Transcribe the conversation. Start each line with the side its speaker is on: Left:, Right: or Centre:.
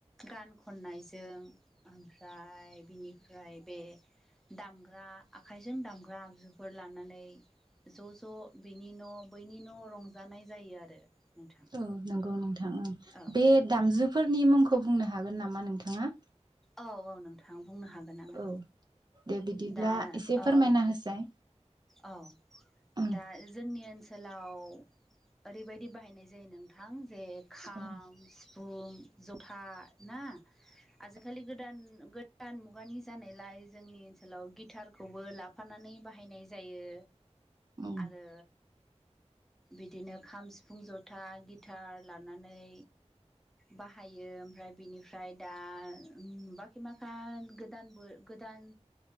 Centre: गान खननायजों ओमफ्राय बिनिफ्राय बे दामग्रा आखाइजों दामग्रा आगजुफोर लानानै ज' ज' बिनि न' बैनि न' रंजानाय जायो आरो नोंथां।
Right: औ नंगौ नोंथांओं
Centre: औ
Right: बे दामजुफोरनि मुंखौ बुंनो हागोन नामा नोंथाङा?
Centre: औ औ नोंथां बुंनो हागोन आङो
Right: औ दे बिदिब्ला
Centre: दा
Right: एसे फोरमायना
Centre: औ
Right: होसाय
Centre: औ
Right: ओं
Centre: दा जोंनि ओनसोलाव ओरैबायदि बाहायनाय जायो नोंथां जे खाम
Right: औ
Centre: सिफुं जथा ना
Right: <inaudible>
Centre: आजिखालि गोदान गोद दान मुगानि जानायलाय जोंनि ओनसोलाव गिटारखौबो लाफानानै बाहायनाय जायो
Right: औ
Centre: आरो बिदिनो खाम सिफुं जथा गिटार लानानै बाहायो ओमफ्राय बिनिफ्राय दा बाखि माखा गोदानबो गोदान